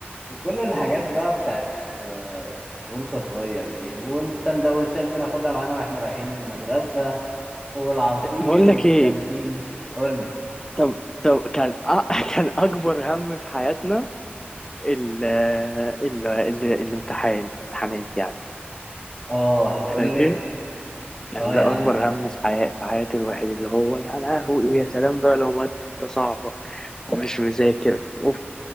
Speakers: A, on the right (about 20°); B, on the left (about 15°).
A: وكل الحاجات بقى بتاعت آه، وانت صغير دي والسندوتشات بناخدها معانا واحنا رايحين المدرسة والعصير
B: <laughs> بقول
A: والكانتين
B: لك ايه
A: قول لي
B: طب طب كان أ- <laughs> كان اكبر هم في حياتنا ال ال ال الامتحان امتحانات يعني
A: اه هتقول
B: فاكر
A: لي
B: كان
A: اه
B: ده
A: يا عم
B: اكبر هم في حياة في حياة الواحد اللي هو يا لهوي ويا سلام بقى لو مادة صعبة ومش مذاكر اوف